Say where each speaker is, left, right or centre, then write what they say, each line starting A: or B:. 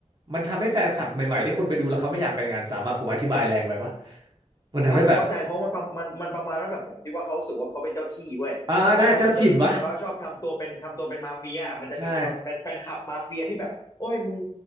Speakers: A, on the right (about 40°); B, on the left (about 30°).
A: มันทำให้แฟนคลับใหม่ๆที่คนไปดูแล้วเขาไม่อยากไปงานซ้ำอะผมอธิบายแรงไปปะมันทำให้แบบ
B: อ่ะผมเข้าใจเพราะมันประมันมันประมาณว่าแบบผมคิดว่าเขารู้สึกว่าเขาเป็นเจ้าที่เว้ยพอเขาเป็นเจ้าที่แล้วเขาชอบทำตัวเป็นทำตัวเป็นมาเฟียมันจะมีทำเป็นแฟนคลับมาเฟียที่แบบโอ้ยมึง
A: อ่าน่าเจ้าถิ่นวะใช่